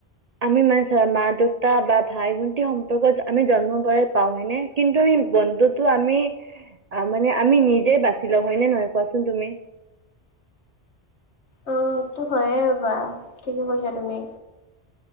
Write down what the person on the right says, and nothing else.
আমি মানে চোৱা মা-দেউতা বা ভাই-ভণ্টীৰ সম্পৰ্কতো আমি জন্মৰ পৰাই পাওঁ হয়নে। কিন্তু ই বন্ধুতো আমি এ এ এ এ মানে আমি নিজে বাচি লঁও হয়নে নহয় কোৱাচোন তুমি?